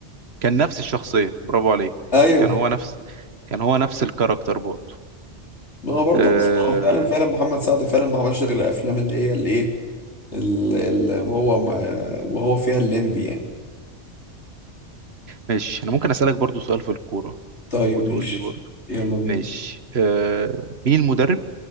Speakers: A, on the right (about 60°); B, on the left (about 70°).
A: كان نفس الشخصية برافو عليك
B: ايوه
A: كان هو نفس كان هو نفس الكاركتر برضه
B: ما هو برضو
A: آه،
B: اصلا هو فعلا فعلا محمد سعد فعلا ما عملش غير الافلام اللي هي الايه ال- ال- هو ما وهو فيها الليمبي يعني
A: ماشي انا ممكن اسالك برضه سؤال في الكورة
B: طيب
A: وتقول
B: ماشي
A: لي برضه
B: يلا بينا
A: ماشي آه، مين المدرب